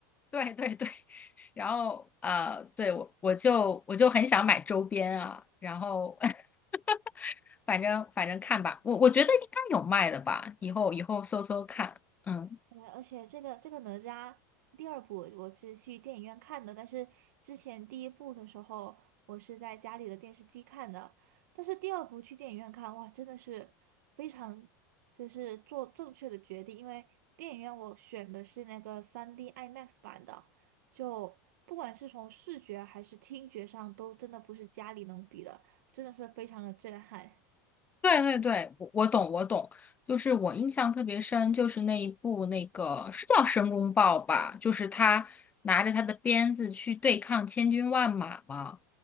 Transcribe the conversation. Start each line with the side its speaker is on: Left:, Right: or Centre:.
Left: 对对对，<laughs> 然后呃，对我我就我就很想买周边啊，然后 <laughs> 反正反正看吧，我我觉得应该有卖的吧，以后以后搜搜看，嗯。
Right: 对，而且这个这个哪吒第二部我是去电影院看的，但是之前第一部的时候我是在家里的电视机看的，但是第二部去电影院看，哇，真的是非常就是做正确的决定，因为电影院我选的是那个 3D IMAX 版的，就不管是从视觉还是听觉上都真的不是家里能比的，真的是非常的震撼。
Left: 对对对，我我懂我懂，就是我印象特别深，就是那一部那个是叫《申公豹》吧，就是他拿着他的鞭子去对抗千军万马嘛，